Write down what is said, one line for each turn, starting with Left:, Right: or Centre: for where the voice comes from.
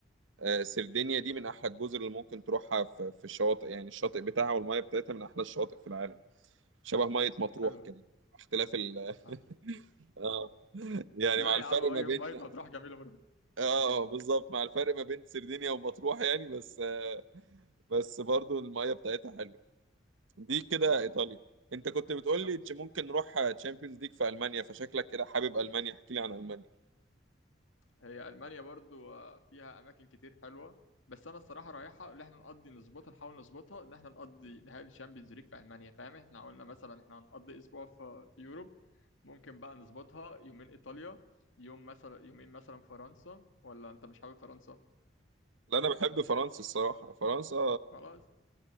Right: آه، سردينيا دي من احلى الجزر اللي ممكن تروحها في في الشواطئ يعني الشاطئ بتاعها والميه بتاعتها من احلى الشواطئ في العالم شبه ميه
Left: طب
Right: مطروح
Left: حلو
Right: كده اختلاف ال
Left: آه.
Right: <laughs> اه يعني
Left: لا
Right: مع الفرق
Left: يا عم ميه
Right: ما بين
Left: مية مطروح جميله برضه
Right: اه بالظبط مع الفرق ما بين سردينيا ومطروح يعني بس آه، بس برضو الميه بتاعتها حلوه دي كده
Left: لا
Right: ايطاليا
Left: لا.
Right: انت كنت بتقول
Left: طب
Right: لي تش- ممكن نروح تشامبيونز ليج في المانيا فشكلك كده حابب المانيا احكي لي عن المانيا
Left: هي ألمانيا برضو آه، فيها أماكن كتير حلوة بس أنا الصراحة رايحة اللي احنا نقضي نظبطها نحاول نظبطها إن احنا نقضي نهائي الشامبيونز ليج في ألمانيا فاهم احنا قلنا مثلا احنا هنقضي أسبوع في, في يوروب ممكن بقى نظبطها يومين إيطاليا يوم مثلا يومين مثلا فرنسا ولا أنت مش حابب فرنسا
Right: لا انا بحب فرنسا الصراحه فرنسا
Left: خلاص